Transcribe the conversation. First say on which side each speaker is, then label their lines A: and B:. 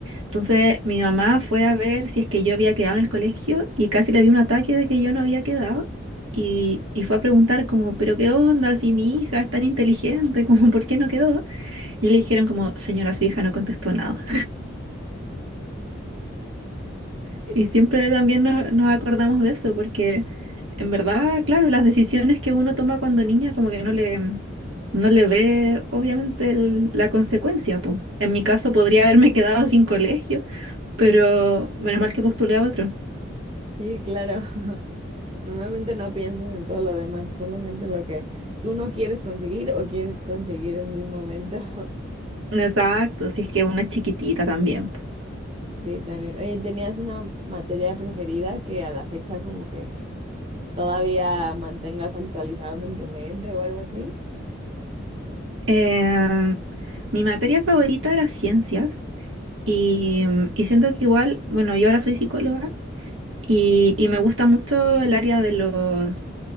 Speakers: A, on the right; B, on the right.
A: Entonces mi mamá fue a ver si es que yo había quedado en el colegio y casi le dio un ataque de que yo no había quedado. Y, y fue a preguntar como, pero qué onda, si mi hija es tan inteligente, <laughs> como, ¿por qué no quedó? Y le dijeron como, señora, su hija no contestó nada. Y siempre también nos, nos acordamos de eso, porque en verdad, claro, las decisiones que uno toma cuando niña como que no le, no le ve obviamente el- la consecuencia, po. En mi caso podría haberme quedado sin colegio, pero menos mal que postulé a otro.
B: Sí, claro. <laughs> Normalmente no piensas en todo lo demás, solamente en lo que tú no quieres conseguir o quieres conseguir en el momento.
A: Exacto, si es que una es chiquitita también. po.
B: Sí, también. Oye, ¿tenías una materia preferida que a la fecha como que todavía mantengas actualizada en tu mente o algo así?
A: Eh, mi materia favorita era ciencias y, y siento que igual, bueno, yo ahora soy psicóloga y, y me gusta mucho el área de los